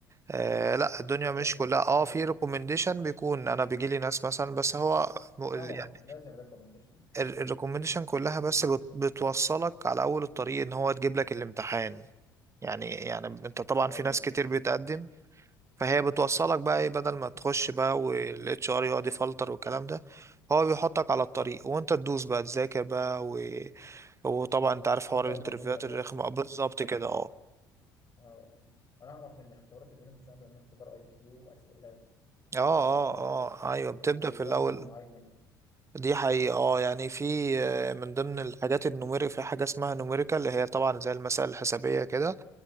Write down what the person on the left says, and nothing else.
كويس
طب
طبعا
لازم ريكومنديشن
مش
أيوه
أيوه
انت
ومجهودك
بقى
اه اه انا اعرف ان اختبارات البنوك مش عامله من اختبار اي كيو واسئله
اسئله ذكاء
ووقت
معين